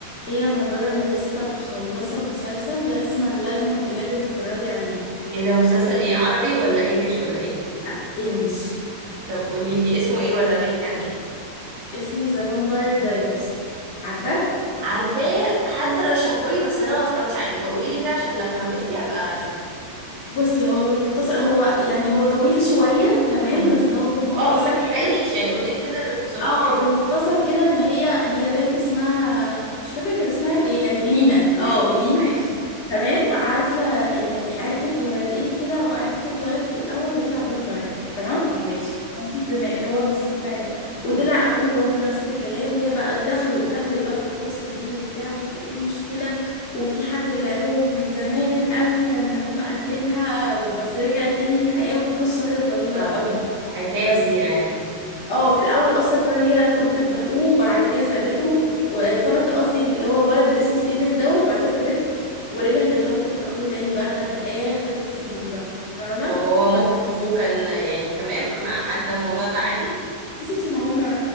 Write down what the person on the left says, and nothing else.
ايه يا منور انا لسه مخلصه مسلسل لازما لازما بجد تتفرجي عليه
لا انجلش
اسمه ذا فامباير دايرز عارفاه
بصي هو بالمختصر هو يعني هو طويل شويه تمام
بس هو بالمختصر
كده
اه
بالمختصر كده ان هي هي بنت اسمها مش فاكره كان اسمها ايه يعني لينا
اه لينا
تمام عارفه يعني عرفت ولدين كده وعرفت ولد في الاول وطلع فامباير تمام
مصاص دماء اللي هو مصاص دماء ده وطلع
اخوه برضو نفس الكلام وهي بقى دخلوا دخلت بقى في القصه دي وبتاع مش عارفه ايه المشكله وفي حد رجع لهم من زمان قوي كان هما قاتلينها وبس رجعت تاني للحياه والقصه كده طويله
قوي
بس
اه في الاول اصلا كمان هي ارتبطت باخوه وبعد كده سابته وارتبطت قصدي باللي هو الولد اللي اسمه ستيفن دوت وبعد كده سابته ورجعت ارتبطت باخوه تاني بقى لحد اخر سيزون بقى فاهمه
بس
يا ستي ما هم